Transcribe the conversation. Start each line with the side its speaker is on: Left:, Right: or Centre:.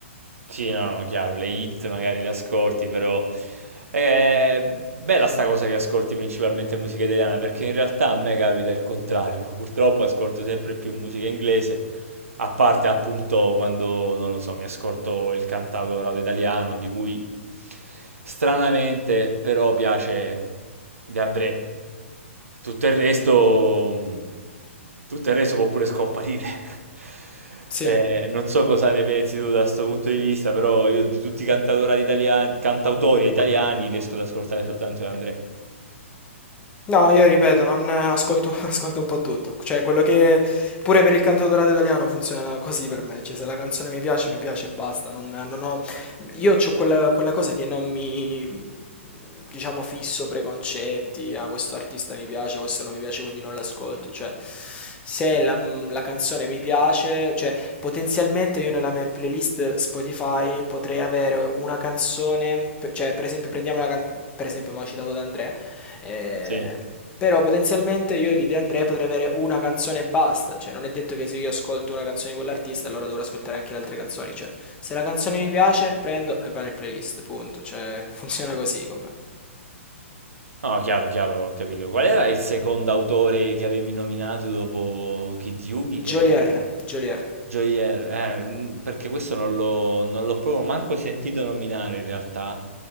Right: Sì, no, no, chiaro, le hit magari le ascolti, però è bella sta cosa che ascolti principalmente musica italiana, perché in realtà a me capita il contrario. Purtroppo ascolto sempre più musica inglese, a parte appunto quando, non lo so, mi ascolto il cantautorato italiano, di cui Stranamente però piace De André. Tutto il resto, mh, tutto il resto può pure scomparire. <laughs>
Left: Sì.
Right: Eh, non so cosa ne pensi tu da questo punto di vista, però io di tutti i cantautori italiani, cantautori italiani riesco ad ascoltare soltanto De André.
Left: No, io ripeto, non ascolto, <laughs> ascolto un po' tutto. Cioè, quello che pure per il canto dorato italiano funziona così per me. Cioè, se la canzone mi piace, mi piace e basta. Non, non ho, io ho quella, quella cosa che non mi, diciamo, fisso preconcetti. Ah, questo artista mi piace, questo non mi piace, quindi non l'ascolto. Cioè, se la, la canzone mi piace, cioè, potenzialmente io nella mia playlist Spotify potrei avere una canzone. per- Cioè, per esempio, prendiamo la can- per esempio, mi ha citato da Andrea. Ehm,
Right: Sì.
Left: però potenzialmente io di De André potrei avere una canzone e basta, cioè non è detto che se io ascolto una canzone di quell'artista allora dovrò ascoltare anche le altre canzoni, cioè se la canzone mi piace prendo e va nel playlist, punto, cioè <laughs> funziona così con me.
Right: No, chiaro, chiaro, ho capito. Qual era il secondo autore che avevi nominato dopo Kid Yugi? Che ha
Left: Jolier,
Right: detto?
Left: Jolier,
Right: Joyer, eh, mm, perché questo non l'ho non l'ho proprio manco sentito nominare in realtà.